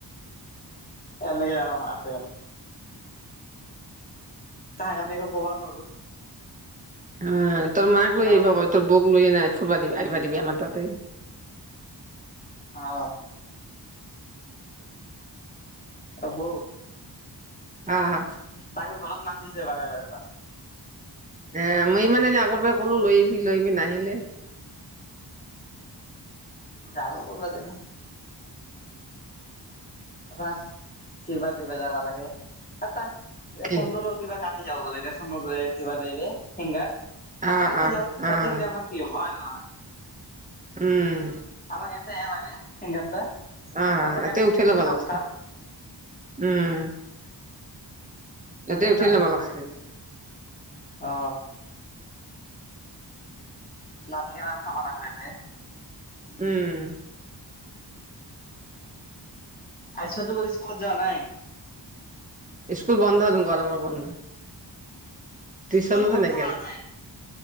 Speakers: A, on the left; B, on the right.
A: এনেকে অ আছে আৰু। তাক আমি একো ক'বা নোৱাৰোঁ।
B: অ তোৰ মাক লৈ
A: কাৰণ
B: আইবা ক, তোৰ বৌক লৈ আনা আয় ফুুৰবা দিবি আহিবা দিবি আমাৰ তাতে।
A: অ। অ বৌক?
B: অঁ।
A: তাকো ঘৰত মাতিছে বাৰে বাৰে তাক।
B: এ মই মানে এনে আগৰ পৰা কলো লৈ আহবি লৈ আহবি নাহিলে।
A: যাব কোনবাদিনা। তোমাক কিবা দিবা যাবা লাগে। তা তাক এ
B: কি?
A: কন্টলৰ কিবা কাট, <unintelligible> কিবা দে যে ফিংগাৰ
B: অ',
A: তাতে
B: অ',
A: যাওক
B: অ',
A: তাতে গেলে আমাৰ কি হ'ব হয় নহয়?
B: উম।
A: আমাক এটাই লাগে, ফিংগাৰটা।
B: অ
A: তাতে কাটি
B: এতে
A: গিলে
B: উঠে
A: আমি
B: লব
A: এতিয়া নাম
B: লাগছে,
A: উঠাম
B: উম।
A: হয়
B: এতিয়া
A: এইতা
B: উঠি ল'ব
A: মাথা
B: লাগছিল
A: মাৰি থাকে। অ। নাম গিলান উঠাবা লাগব এয়াতে।
B: উম।
A: আইছাটো স্কুলত যোৱা নাই?
B: স্কুল বন্ধ তো গৰমৰ বন্ধ। টিচনতে
A: স্কুল বন্ধ
B: নেগেল।
A: হোৱা নাই